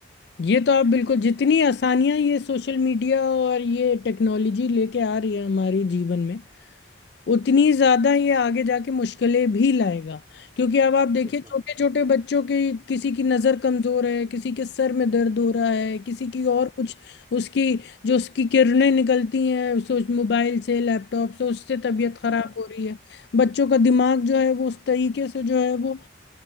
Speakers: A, on the left (about 60°); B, on the right (about 25°).
A: ये तो आप बिल्कुल जितनी आसानियां ये सोशल मीडिया और ये टेक्नोलॉजी लेके आ रही है हमारी जीवन में उतनी ज्यादा ये आगे जाके मुश्किलें भी लाएगा क्योंकि अब आप देखिए
B: में। एकदम
A: छोटे छोटे बच्चों की किसी की नजर कमजोर है किसी के सर में दर्द हो रहा है किसी की और कुछ उसकी जो उसकी किरणें निकलती हैं उस उस मोबाइल से लैपटॉप से उससे तबीयत खराब
B: हम्म, हम्म।
A: हो रही है बच्चों का दिमाग जो है वो उस तरीके से जो है वो